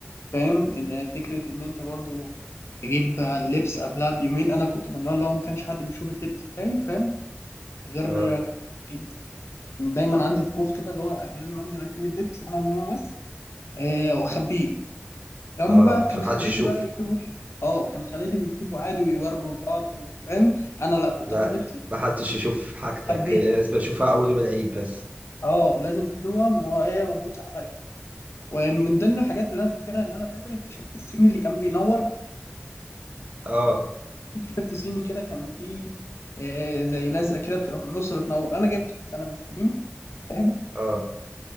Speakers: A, on the left; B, on the right.
A: فاهم ان فكرة ان انت برضو تجيب بقى اللبس قبلها بيومين انا كنت من النوع اللي هو ما كانش حد بيشوف اللبس بتاعي فاهم غير
B: اه
A: العيد دايما عندي طقوس كده اللي هو لازم انزل اجيب اللبس انا وماما بس آه واخبيه هم
B: اه
A: بقى
B: عشان
A: كان
B: محدش
A: خالاتي
B: يشوف
A: بقى بيجيبوا اه كان خالاتي بيجيبوا عادي ويوروا لبعض وفاهم انا لا كنت
B: لا
A: اخد لبسي
B: محدش يشوف حاجتك
A: واخبيه
B: لازم اشوفها اول يوم العيد بس
A: اه لازم تشوفهم وهي ملبوسة عليا ومن ضمن الحاجات اللي انا فاكرها ان انا فاكر التيشيرت الصيني اللي كان بينور
B: اه
A: في تيشيرت صيني كده كان فيه آه، زي لزقة كده بتبقى في النص بتنور انا جبته في سنة من السنين فاهم
B: اه